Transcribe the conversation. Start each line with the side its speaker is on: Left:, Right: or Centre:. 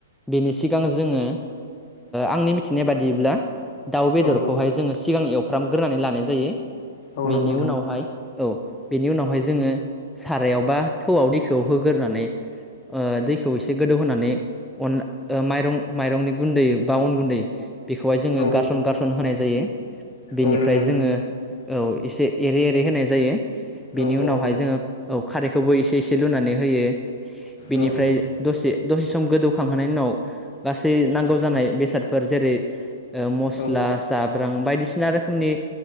Centre: बेनि सिगां जोङो आंनि मिथिनाय बादिब्ला दाउ बेदरखौहाय
Left: औ औ
Centre: जोङो सिगां एवफ्रामग्रोनानै लानाय जायो।
Left: औ नंगौ
Centre: बेनि
Left: नोंथां
Centre: उनावहाय औ बेनि उनावहाय जोङो सारायाव बा थौआव दैखौआव होग्रोनानै दैखौ एसे गोदौ होनोनानै अ माइरं माइरंनि गुन्दै बा अन गुन्दै बेखौहाय जोङो
Left: औ
Centre: गारसन गारसन होनाय जायो। बेनिफ्राय
Left: औ नंगौ नोंथां
Centre: जोङो औ एसे एरे एरै होनाय जायो। बेनि
Left: औ औ
Centre: उनावहाय जोङो औ खारैखौबो एसे एसे लुनानै होयो। बेनिफ्राय
Left: औ
Centre: दसे दसे सम गोदौखांहोनायनि उनाव गासै नांगौ जानाय बेसादफोर। जेरै- मस्ला
Left: औ
Centre: जाब्रां बायदिसिना रोखोमनि